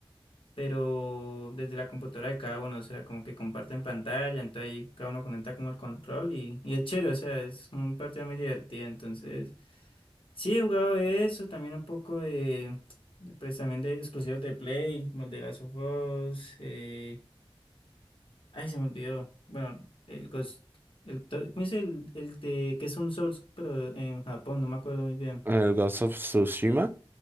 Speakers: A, on the left; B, on the right.
A: pero desde la computadora de cada uno, o sea, como que comparten pantalla, entonces ahí cada uno conecta como el control y, y es chévere, o sea, es un partido muy divertido, entonces... Sí, he jugado de eso, también un poco de, de, pues también de exclusivos de Play, como el de Last of Us, eh, ay, se me olvidó, bueno, el Ghost, el, to- ¿cómo dice el, el de, que es un Souls, pero en Japón, no me acuerdo muy bien.
B: El Ghost of Tsushima.